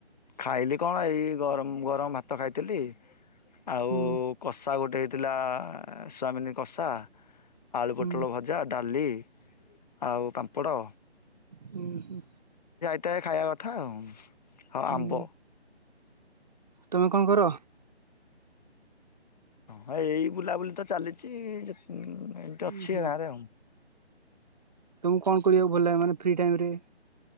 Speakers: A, on the left; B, on the right.
A: ଖାଇଲି କଣ ଏଇ ଗରମ ଗରମ ଭାତ ଖାଇଥିଲି, ଆଉ
B: ହୁଁ
A: କଷା ଗୋଟେ ହେଇ ଥିଲା, ସୟାମିନି କଷା, ଆଳୁ
B: ହୁଁ
A: ପୋଟଳ ଭଜା, ଡାଲି ଆଉ ପାମ୍ପଡ଼।
B: ହୁଁ ହୁଁ।
A: ତ ଖାଇବା କଥା ଆଉ ହଁ
B: ହୁଁ
A: ଆମ୍ବ।
B: ତମେ କଣ କର?
A: ହଁ ଏଇ ବୁଲାବୁଲି ତ ଚାଲିଚି ଏମତି
B: ହୁଁ
A: ଅଛି
B: ହୁଁ
A: ଗାଁ ରେ ଆଉ।
B: ତମକୁ କଣ କରିବାକୁ ଭଲ ଲାଗେ ମାନେ ଫ୍ରି ଟାଇମ୍ ରେ?